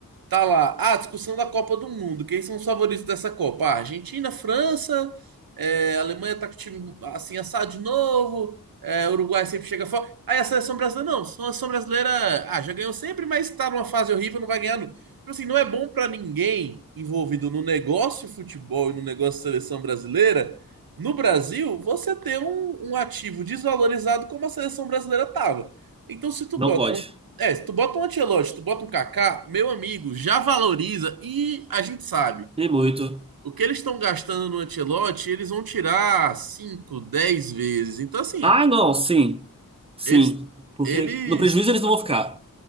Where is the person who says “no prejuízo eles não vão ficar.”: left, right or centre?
Right